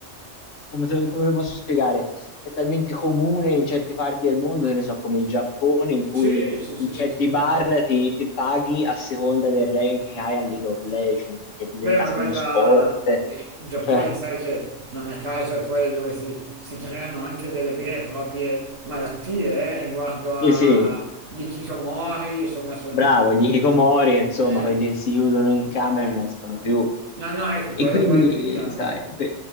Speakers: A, on the left; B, on the right.
A: come, te- come lo posso spiegare? È talmente comune in certe parti del mondo, che ne so, come il Giappone, in cui
B: Sì, sì, sì,
A: in
B: sì,
A: certi
B: sì.
A: bar ti, ti paghi a seconda del rank che hai a League of Legends, che è diventato
B: Beh, ma guarda,
A: uno sport.
B: il Giappone
A: Cioè,
B: sai che non a caso è poi dove si, si creano anche delle vere e proprie malattie, eh, riguardo a
A: sì, sì,
B: gli hikikomori, insomma, sono...
A: Bravo, gli hikikomori, insomma,
B: eh,
A: quelli che si chiudono in camera e non escono più.
B: no, no, ecco,
A: E
B: quello
A: quindi,
B: poi diventa
A: eh, sai, per,